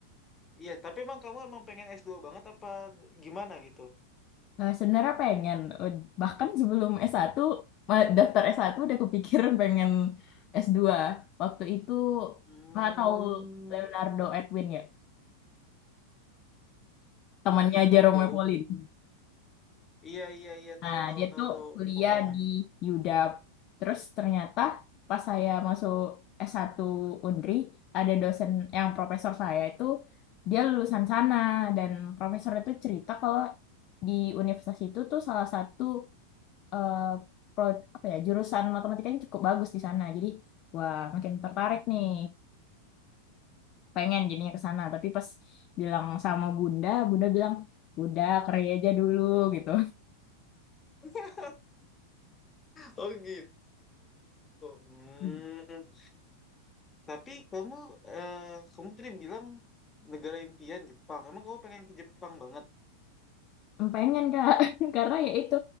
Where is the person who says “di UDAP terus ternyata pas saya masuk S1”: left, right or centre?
Left